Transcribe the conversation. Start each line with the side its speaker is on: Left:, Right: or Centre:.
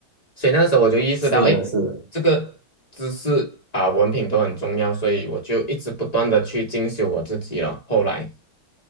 Left: 所以那个时候我就意识到，
Right: 是的，
Left: 哎，
Right: 是的，
Left: 这个知识啊、文凭都很重要，所以我就一直不断的去进修我自己了。后来，